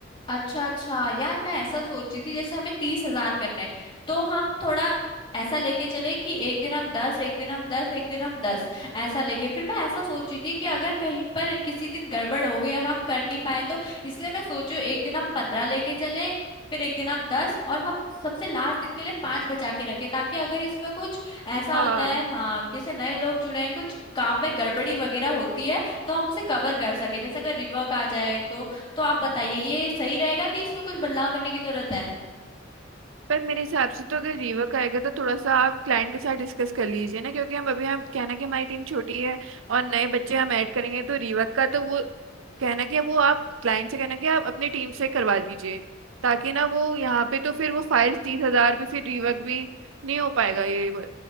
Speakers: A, on the left; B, on the right.
A: अच्छा अच्छा यार मैं ऐसा सोची थी जैसे हमें तीस हजार करने हैं, तो हम थोड़ा ऐसा लेके चले कि एक दिन हम दस एक दिन हम दस एक दिन हम दस ऐसा लेके फिर मैं ऐसा सोची थी कि अगर कहीं पर किसी दिन गड़बड़ हो गई और हम कर नहीं पाए तो इसलिए मैं सोचू एक दिन हम पंद्रह लेके चले फिर एक दिन हम दस और हम सबसे लास्ट दिन के लिए पांच बचा के रखें ताकि अगर इसमें कुछ ऐसा
B: हाँ
A: होता है हाँ जैसे नए लोग जुड़े हैं कुछ काम में गड़बड़ी वगैरह होती है तो हम उसे कवर कर सके जैसे अगर रिवर्क आ जाए तो तो आप बताइए ये सही रहेगा कि इसमें कुछ बदलाव करने की जरूरत है
B: पर मेरे हिसाब से तो अगर रीवर्क आएगा तो थोड़ा सा आप क्लाइंट के साथ डिस्कस कर लीजिए ना क्योंकि हम अभी हम कहना कि हमारी टीम छोटी है और नए बच्चे हम ऐड करेंगे तो रीवर्क का तो वो कहना कि वो आप क्लाइंट से कहना कि आप अपनी टीम से करवा लीजिए ताकि ना वो यहाँ पे तो फिर वो फाइल्स तीस हजार भी फिर रिवर्क भी नहीं हो पाएगा ये ब-